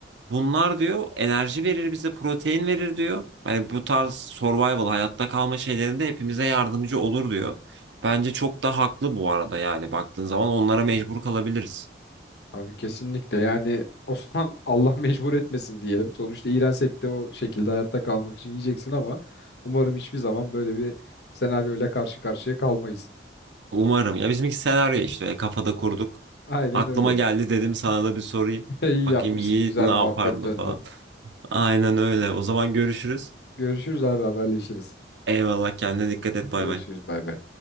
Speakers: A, on the right; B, on the left.
A: bunlar diyor enerji verir bize protein verir diyor. Hani bu tarz survival hayatta kalma şeylerinde hepimize yardımcı olur diyor. Bence çok da haklı bu arada yani baktığın zaman onlara mecbur kalabiliriz.
B: Abi kesinlikle yani Osman <laughs> Allah mecbur etmesin diyelim. Sonuçta iğrensek de o şekilde hayatta kalmak için yiyeceksin ama umarım hiçbir zaman böyle bir senaryoyla karşı karşıya kalmayız.
A: Umarım. Ya bizimki senaryo işte kafada kurduk.
B: Aynen
A: Aklıma
B: öyle.
A: geldi dedim sana da bir sorayım.
B: <laughs> İyi
A: Bakayım
B: yapmışsın.
A: Yiğit
B: Güzel
A: ne yapardı
B: muhabbet döndü.
A: falan. Aynen öyle. O zaman görüşürüz.
B: Görüşürüz abi haberleşiriz.
A: Eyvallah kendine dikkat et
B: Görüşürüz
A: bay bay.
B: bay bay.